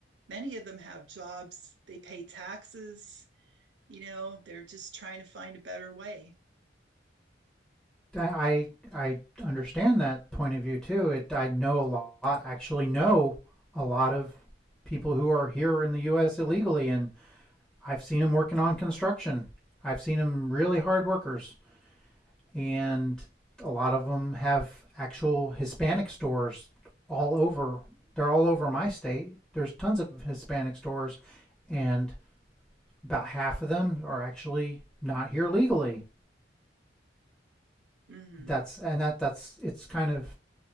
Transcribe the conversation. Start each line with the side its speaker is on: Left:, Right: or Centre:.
Right: many of them have jobs they pay taxes you know, they're just trying to find a better way.
Centre: I I understand that point of view too. It I know a lot, actually know a lot of people who are here in the U.S. illegally, and I've seen them working on construction. I've seen them really hard workers, and a lot of them have actual Hispanic stores all over. They're all over my state. There's tons of Hispanic stores, and about half of them are actually not here legally.
Right: Mhm.
Centre: That's and that that's it's kind of